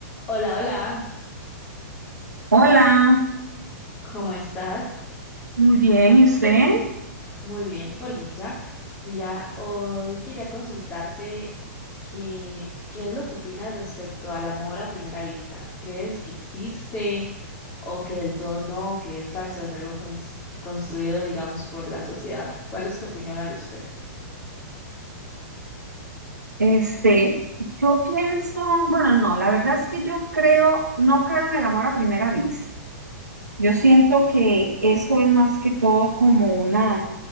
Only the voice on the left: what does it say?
Hola, hola,
¿cómo estás?
Muy bien, por dicha. Mira, hoy quería consultarte que- qué es lo que opinas respecto al amor a primera vista. ¿Crees que existe o que del todo no, que es falso, es algo cons- construido, digamos, por la sociedad? ¿Cuál es tu opinión al respecto?